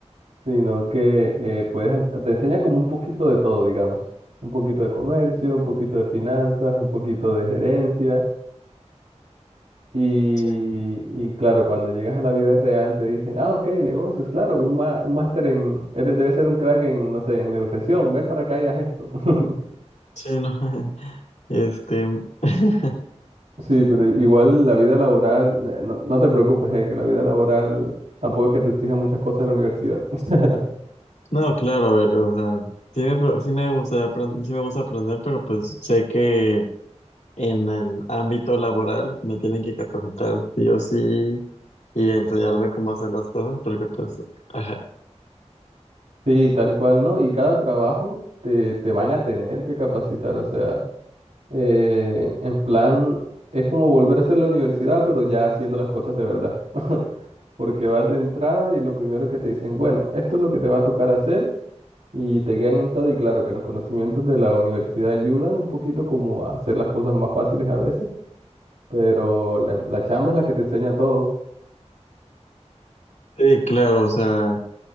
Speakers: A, on the right (about 75°); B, on the left (about 75°).
A: sino que eh, puedes, ha- te enseñan como un poquito de todo, digamos, un poquito de comercio, un poquito de finanzas, un poquito de gerencia. Y,
B: sí,
A: y claro, cuando llegas a la vida real te dicen, ah, ok, negocios, claro, un, ma- un máster en, eres- debes ser un crack en, no sé, en negociación, ven para acá y haz esto. <laughs>
B: sí, no. <laughs> Este, <laughs>
A: Sí, pero igual la vida laboral, eh, no, no te preocupes, eh, que la vida laboral tampoco es que te exija muchas cosas de la universidad. <laughs>
B: No, claro, a ver, o sea, sí me, pro- sí me gustaría aprender, sí me gusta aprender, pero pues sé que en el ámbito laboral me tienen que capacitar sí o sí y enseñarme cómo hacer las cosas, porque pues, ajá,
A: Sí, tal cual, ¿no? Y cada trabajo te, te van a tener que capacitar, o sea, eh, en plan, es como volver a hacer la universidad, pero ya haciendo las cosas de verdad. <laughs> porque vas de entrada y lo primero que te dicen, bueno, esto es lo que te va a tocar hacer y te quedan en todo y claro que los conocimientos de la universidad ayudan un poquito como a hacer las cosas más fáciles a veces, pero la, la chamba es la que te enseña todo.
B: sí, claro, o sea,